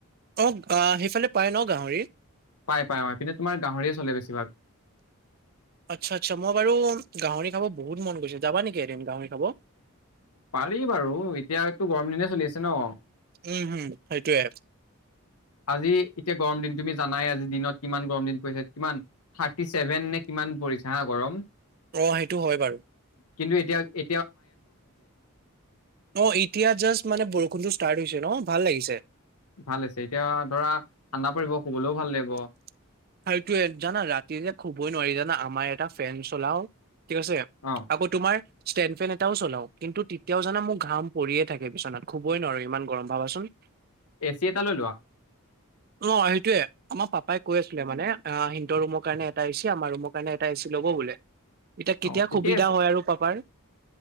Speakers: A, on the right; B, on the left.
A: অহ, আহ সেইফালে পায় ন' গাহৰি।
B: পায়, পায়। অহ, এইপিনে তোমাৰ গাহৰিয়ে চলে বেছিভাগ।
A: আচ্ছা, আচ্ছা। মই বাৰু গাহৰি খাব বহুত মন গৈছে যাবা নেকি এদিন গাহৰি খাব?
B: পাৰি বাৰু এতিয়াতো গৰম দিনেই চলি আছে ন'।
A: উম', হম' সেইটোৱে।
B: আজি এতিয়া গৰম দিন, তুমি জানাই আজি দিনত কিমান গৰম দিন পৰিছে কিমান, থাৰ্টি চছেভেন নে কিমান পৰিছে হা গৰম?
A: অহ, সেইটো হয় বাৰু।
B: কিন্তু এতিয়া এ
A: অহ, এতিয়া জাষ্ট মানে বৰষুণতটো ষ্টাৰ্ট হৈছে ন' ভাল লাগিছে।
B: ভাল হৈছে এতিয়া ধৰা ঠাণ্ডা পৰিব। শুবলৈও ভাল লাগিব
A: আৰু এইটোৱে জানা ৰাতি যে শুবই নোৱাৰি জানা, আমাৰ এটা ফেন চলাওঁ। ঠিক আছে।
B: অ
A: আকৌ তোমাৰ? ষ্টেণ্ড ফেন এটাও চলাওঁ কিন্তু তেতিয়াও জানা মোৰ ঘাম পৰিয়ে থাকে বিচনাত, শুবই নোৱাৰো ইমান গৰম ভাবাচোন।
B: এ চি এটা লৈ লোৱা।
A: ন' সেইটোৱে আমাৰ পাপাই কৈ আছিলে মানে সিন্তৰ ৰুমৰ কাৰণে এটা এই চি কি আমাৰ ৰুমৰ কাৰণে এটা এ চি ল'ব বোলে। এতিয়া কেতিয়া
B: অ ঠিকেই
A: সুবিধা
B: আছে
A: হয় আৰু পাপাৰ।